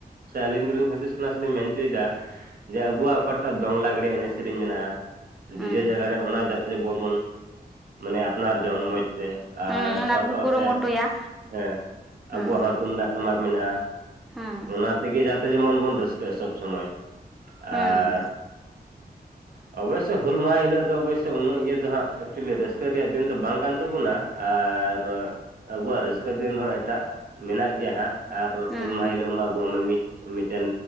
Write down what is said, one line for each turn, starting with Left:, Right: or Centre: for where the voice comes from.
Right: ᱥᱮ ᱟᱹᱞᱤᱧ ᱫᱚᱞᱤᱧ ᱦᱩᱫᱤᱥ ᱠᱟᱱᱟ ᱥᱮᱞᱤᱧ ᱢᱮᱱ ᱦᱚᱪᱚᱭᱮᱫᱟ ᱡᱮ ᱟᱵᱚᱣᱟᱜ ᱚᱠᱟᱴᱟᱜ ᱫᱚᱝ ᱞᱟᱜᱽᱲᱮ ᱮᱱᱮᱡ ᱥᱮᱨᱮᱧ ᱢᱮᱱᱟᱜᱼᱟ
Centre: ᱦᱮᱸ
Right: ᱰᱤᱡᱮ ᱡᱟᱭᱜᱟ ᱨᱮ ᱚᱱᱟ ᱡᱟᱛᱮᱵᱚᱱ ᱵᱚᱱ ᱢᱟᱱᱮ ᱟᱯᱱᱟᱨ ᱡᱚᱝ ᱢᱚᱡᱽ ᱟᱨ
Centre: ᱦᱮᱸ ᱚᱱᱟ
Right: ᱥᱟᱶ
Centre: ᱵᱚᱱ
Right: ᱥᱟᱶᱛᱮ
Centre: ᱠᱩᱨᱩᱢᱩᱴᱩᱭᱟ
Right: ᱦᱮᱸ ᱟᱵᱚᱣᱟᱜ
Centre: ᱦᱮᱸ
Right: ᱦᱚᱸ ᱛᱩᱢᱫᱟᱜ ᱴᱟᱢᱟᱠ ᱢᱮᱱᱟᱜᱼᱟ
Centre: ᱦᱮᱸ
Right: ᱚᱱᱟ ᱛᱮᱜᱮ ᱡᱟᱛᱮ ᱡᱮᱢᱚᱱ ᱵᱚᱱ ᱨᱟᱹᱥᱠᱟᱹᱜᱼᱟ ᱥᱚᱵᱽ ᱥᱚᱢᱚᱭ
Centre: ᱦᱮᱸ
Right: ᱟᱨ ᱚᱵᱚᱥᱥᱳᱭ ᱦᱩᱞ ᱢᱟᱦᱟ ᱦᱤᱞᱳᱜ ᱫᱚ ᱚᱵᱚᱥᱳ ᱩᱱᱟᱹᱜ ᱤᱭᱟᱹ ᱫᱚ ᱦᱟᱸᱜ ᱮᱠᱪᱩᱭᱮᱞᱤ ᱨᱟᱹᱥᱠᱟᱹ ᱨᱮᱭᱟᱜ ᱫᱤᱱ ᱫᱚ ᱵᱟᱝ ᱠᱟᱱ ᱛᱟᱵᱚᱱᱟ ᱟᱨ ᱟᱨ ᱟᱵᱚᱣᱟᱜ ᱨᱟᱹᱥᱠᱟᱹ ᱫᱤᱱ ᱦᱚᱸ ᱮᱴᱟᱜ ᱢᱮᱱᱟᱜ ᱜᱮᱭᱟ ᱦᱟᱸᱜ ᱟᱨ
Centre: ᱦᱮᱸ
Right: ᱦᱩᱞ ᱢᱟᱦᱟ ᱦᱤᱞᱳᱜ ᱢᱟ ᱟᱵᱚᱣᱟᱜ ᱢᱤᱫ ᱢᱤᱫᱴᱮᱱ